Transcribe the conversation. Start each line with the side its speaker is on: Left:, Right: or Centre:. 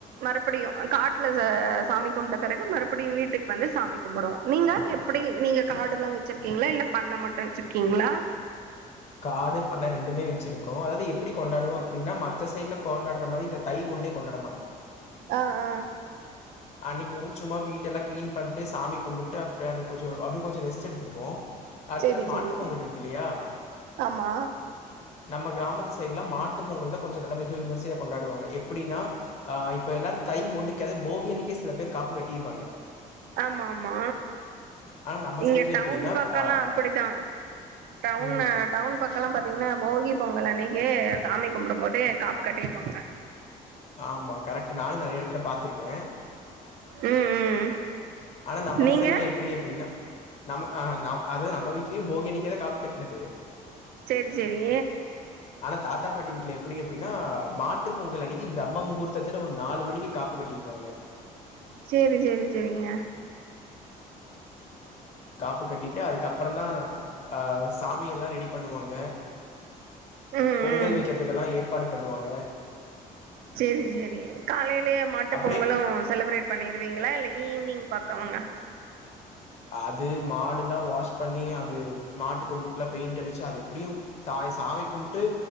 Right: மறுபடியு காட்ல சாமி கும்ட்ட பெறகு மறுபடியு வீட்டு ட்டுக்கு வந்து சாமி கும்புடுவோ நீங்க எப்டி நீங்க காடுல்லா வச்ரிக்கீங்ளா இல்ல பண்ண மட்டு வச்ரிக்கீங்ளா
Left: காடு பண்ண ரெண்டுமே வச்ர்கோ அதாவ்து எப்டி கொண்டாடுவோ அப்டின்னா மத்த சைட்ல கொண்டாட்ற மாரி இந்த தை ஒண் ஒன்னே கொண்டாட மாட்டோ
Right: ஆ ஆ
Left: அன்னக்கி வந்து சும்மா வீட்டெல்லா க்ளீன் பண்ட்டு சாமி கும்புட்டு அப்டி அன்னைக்கு கொஞ்ஜொ அப்டிய கொஞ்ஜொ ரெஸ்ட் எடுத்துப்போ அடுத்த
Right: செரி
Left: நாள் மாட்டு
Right: செரி
Left: பொங்கல்ருக்கு இல்லையா
Right: ஆமா
Left: நம்ம கிராமத்து சை சைடுல மாட்டு பொங்கல் தா கொஞ்ஜொ நல்ல வெகு விமர்சையா கொண்டாடுவாங்க எப்டினா ஆ இப்ப எல்லாரு தை ஒணணுக்கு போகி‌ அன்னைக்கு கே சில பேர் காப்பு கட்டிருவாங்க
Right: ஆமா ஆமா
Left: ஆனா நம்ம
Right: இங்க
Left: சைடுல
Right: டவுன்
Left: எப்படின்னா
Right: பக்கல்லா
Left: ஆ
Right: அப்டிதா டவுனு
Left: ம்
Right: டவுன் பக்கல்லா பாத்திங்ன்னா போகி பொங்கல் அன்னை க்கு சாமி கும்டும் போது காப்பு கட்டிருவாங்க
Left: ஆமா கரெக்ட்டு நானு நெறைய எடத்துல பாத்துருக்கே
Right: ம் ம்
Left: ஆனா நம்ம
Right: நீங்க
Left: சைட்ல எப்பிடி அப்பிடினா நம்ம அ ந அது நம்ம வீட்லியு போகி அன்னிக்குதா காப்பு கட்னது
Right: சேரி சேரி
Left: ஆனா தாத்தா பாட்டி வீட்ல எப்பிடி அப்பிடினா மாட்டு பொங்கல் அன்னைக்கி பிரம்ம முகூர்த்தத்துல ஒரு நாலு மணிக்கு காப்பு கட்டி ருவாங்க
Right: செரி செரி செரிங்க
Left: பு கட்டிட்டு அதுக்கப்பறந்தா அ சாமி எல்லா ரெடி பண்ணுவாங்க
Right: ம்
Left: பொங்கல்
Right: ம்
Left: வெக்றதுக்கெல்லா ஏற்பாடு பண்ணுவாங்க
Right: சேரி சேரி காலையிலேயே மாட்டு
Left: அப்டியே
Right: பொங்கலு செலபுரேட் பண்ணி ருவீங்களா இல்ல ஈவ்னிங் பக்கமங்க
Left: அது மாடுல்லா வாஷ் பண்ணி அது மாட்டு கொம்புக்லா பெயிண்டடிச்சு அது எப்டியு சா ய் சாமி கும்ட்டு